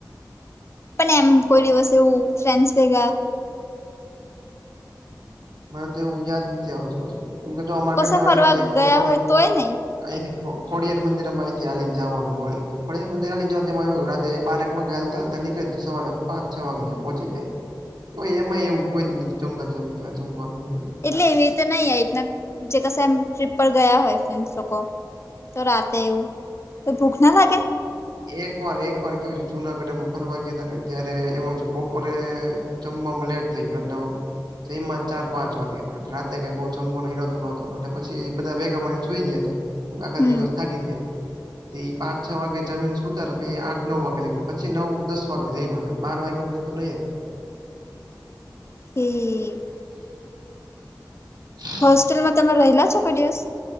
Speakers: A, on the left; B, on the right.
A: પણ એમ કોઈ દિવસ એવું ફ્રેન્ડસ ભેગા
B: મને તો એવું યાદ નથી આવતું કેમ કે જો અરે
A: કશે ફરવા
B: કેટલી
A: ગયા
B: કોડી
A: હોય તોય નહી
B: આઇથી ખો-ખોડિયાર મંદિરમાં અઈથી હાલીને જાવાનું હોય. ખોડિયાર મંદિર હાલી ને જાઓ રાતે બરેક વાગે હલતા અલતા નીળે ને તો સવારે પાંચ છ વાગે્યા પહોચી જાય. તો એમાં એવું કોઈ જ નથી ચમતા ચમતા જમવાનું હોય એમ.
A: એટલે એવી રીતે નહીંના જે ક સા ટ્રીપ પર ગયા હોય ફ્રેન્ડ્સ લોકો. તો રાતે એવું કે ભૂખ ના લાગે.
B: એક વાર એક વાર કેવું છે જુનાગઢ એમાં ફરવા ગયા હતા ને ત્યારે એમાંજ બપોરે જમવામાં લેટ થઈ ગયો એટલો ઓ છે એમાં ચાર પાંચ વાગે એટલે રાતે કઈ બહુ જંભો ઈરાદો નોતો એટલે પછી એ બધા ભેગા પા ને સુઈ ગયા છે. આખા
A: હમ
B: દિવસ થકી ગયા છે તે પાંચ છ વાગે જમી ને સુતા પેઇ આઠ નવ વાગે કે પછી નવ વાગે જ હતા બાર વાગ્યા પછી તો નહી જ
A: થી
B: <inaudible>
A: હોસ્ટેલમાં તમે રહેલા છો કોઈ દિવસ